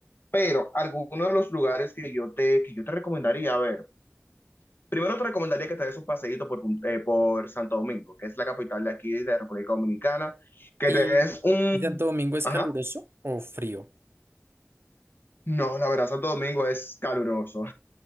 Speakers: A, on the left; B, on the right.
A: Pero algunos de los lugares que yo te, que yo te recomendaría, a ver, primero te recomendaría que te des un paseíto por, Pun- eh, por Santo Domingo, que es la capital de aquí, de República Dominicana, que
B: ¿Y,
A: te des un...
B: y Santo Domingo es
A: Ajá.
B: caluroso o frío?
A: No, la verdad, Santo Domingo es caluroso.